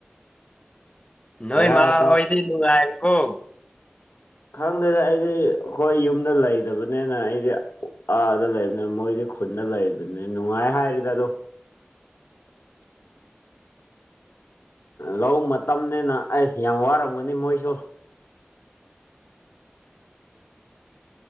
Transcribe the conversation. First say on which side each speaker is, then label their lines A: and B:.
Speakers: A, on the left; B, on the left.
A: ꯅꯣꯏ
B: ꯀꯩ ꯍꯥꯏꯕ
A: ꯃꯥ ꯍꯗꯤꯅꯨꯡꯀꯣ
B: ꯈꯪꯗꯦꯗ ꯑꯩꯗꯤ ꯑꯩꯈꯣꯏ ꯌꯨꯝꯗ ꯂꯩꯗꯕꯅꯤꯅ ꯑꯩꯗꯤ ꯑꯥꯗ ꯂꯩꯕꯅꯦ ꯃꯣꯏꯗꯤ ꯈꯨꯟꯅ ꯂꯩꯕꯅꯦ ꯅꯨꯡꯉꯥꯏ ꯍꯥꯏꯔꯤꯗ ꯑꯗꯨ ꯂꯧ ꯃꯇꯝꯅꯤꯅ ꯑꯩꯁ ꯌꯥꯝ ꯋꯥꯔꯝꯒꯅꯤ ꯃꯣꯏꯁꯨ